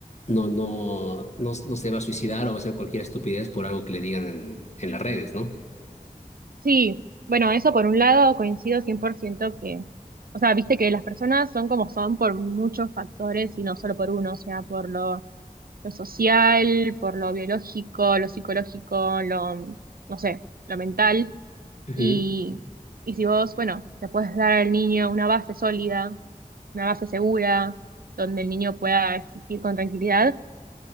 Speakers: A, on the left; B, on the right.
A: no, no, no, no se va a suicidar o va a hacer cualquier estupidez por algo que le digan en, en las redes, ¿no?
B: Sí, bueno, eso por un lado coincido 100% que, o sea, viste que las personas son como son por muchos factores y no solo por uno, o sea, por lo, lo social, por lo biológico, lo psicológico, lo, no sé, lo mental.
A: Ujú,
B: Y, y si vos, bueno, le puedes dar al niño una base sólida, una base segura, donde el niño pueda existir con tranquilidad,